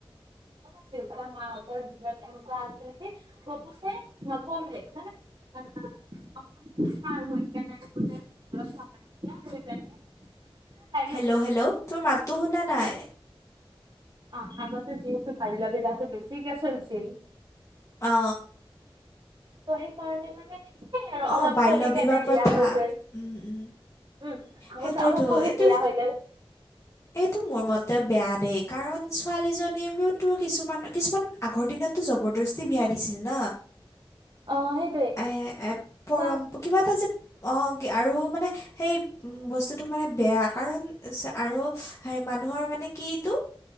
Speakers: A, on the right (about 50°); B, on the left (about 30°).
A: আমাৰ দেউতা-মাহতঁৰ দিনত এনেকুৱা আছিলে যে ববুচে নপঢ়িলে নে <unintelligible> অ <inaudible> ভাল হৈ কেনে বুতে ঘ ভালিয় হৈ যনে <inaudible> <inaudible>
B: হেল্ল' হেল্ল' তোৰ মাতটো শুনা নাই
A: অ আগতে যিহেতু পাল <unintelligible> লাগ তো বেছি কে চলছিল
B: অ,
A: ত সেইকাৰণে মানে সেই আৰু অলপ
B: অ', বাল্য
A: পঢ়ি
B: বিবাহ
A: কেনে বিয়া
B: প্ৰথা
A: হৈ গেল
B: উম, উম।
A: উম আগতে
B: সেইটোৱেতো
A: অলপ পঢ়ি
B: এইটো
A: বিয়া হৈ গেল,
B: এইটো মোৰ মতে বেয়া দেই কাৰণ ছো ছোৱালীজনীলৈওতো কিছুমান কিছুমান আগৰ দিনততো জবৰদস্তি বিয়া দিছিল ন
A: অ সেইটোয়ে
B: এ এ পৰম
A: ত
B: কিবা এটা যে অ, কি আৰু মানে সেই বস্তুটো মানে বেয়া কাৰণ <inaudible> আৰু হয় মানুহৰ মানে কি এইটো